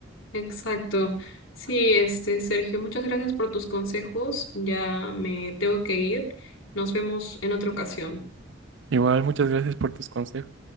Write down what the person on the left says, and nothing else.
Exacto. Sí, este, Sergio, muchas gracias por tus consejos. Ya me tengo que ir. Nos vemos en otra ocasión.